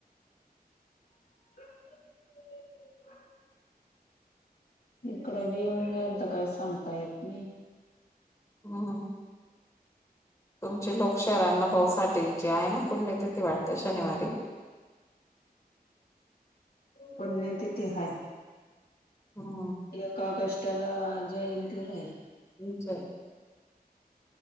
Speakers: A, on the left; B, on the left.
A: अ इकडे बी येऊन जाईल तर काही सांगता येत नाही
B: हो तुमची लोक शहरांना बऊ साटेंची आहे ना पुण्य तिथती वाटते शनिवारी
A: पु्य तिथ आहे
B: हो
A: एका ऑगस्टला जयंती राहील
B: निचय